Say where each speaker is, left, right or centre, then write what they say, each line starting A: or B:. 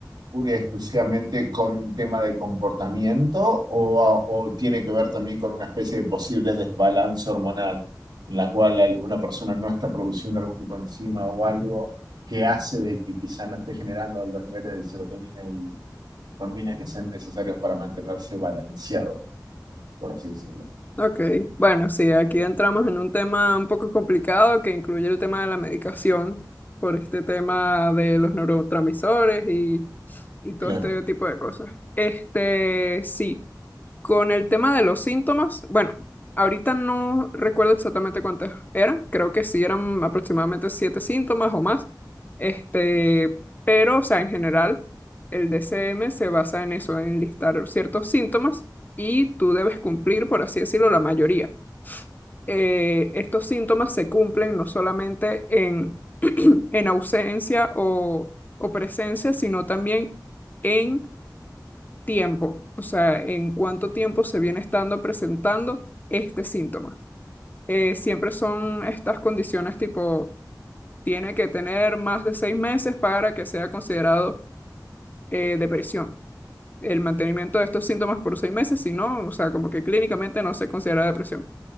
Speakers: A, on the right; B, on the left.
A: pura y exclusivamente con un tema de comportamiento o, a- o tiene que ver también con una especie de posible desbalance hormonal en la cual alguna persona no está produciendo algún tipo de enzima o algo que hace de que quizá no esté generando los niveles de serotonina y dopamina que sean necesarios para mantenerse balanceado, por así decirlo?
B: ok. Bueno, sí, aquí entramos en un tema un poco complicado que incluye el tema de la medicación por este tema de los neurotransmisores y, y todo
A: Claro.
B: este tipo de cosas. Este, sí. Con el tema de los síntomas, bueno, ahorita no recuerdo exactamente cuántos eran, creo que sí eran aproximadamente siete síntomas o más, este, pero, o sea, en general, el DCM se basa en eso, en listar ciertos síntomas y tú debes cumplir, por así decirlo, la mayoría. Eh, estos síntomas se cumplen no solamente en, en ausencia o, o presencia, sino también en tiempo, o sea, en cuánto tiempo se viene estando presentando este síntoma. Eh, siempre son estas condiciones tipo, tiene que tener más de seis meses para que sea considerado eh, depresión. El mantenimiento de estos síntomas por seis meses, si no, o sea, como que clínicamente no se considera depresión.